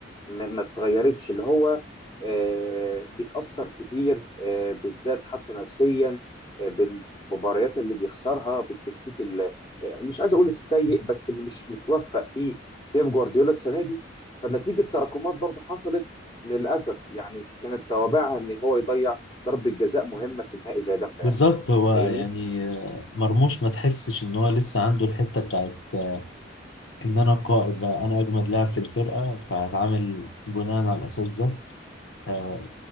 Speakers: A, on the left; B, on the left.
A: ما ما اتغيرتش اللي هو آه، بيتاثر كتير آه، بالذات حتى نفسيا آه، بالمباريات اللي بيخسرها بالتكتيك اللي آه، مش عايز اقول السيء بس اللي مش متوفق فيه بيب جوارديولا السنه دي فنتيجه تراكمات برضو حصلت للاسف يعني كانت توابعها ان هو يضيع ضربه جزاء مهمه في نهائي زي ده امبارح
B: بالظبط هو
A: فاهمني؟
B: يعني آه، مرموش ما تحسش ان هو لسه عنده الحتة بتاعت آه، ان انا القائد بقى انا اجمد لاعب في الفرقة فهتعامل بناء على الاساس ده آه،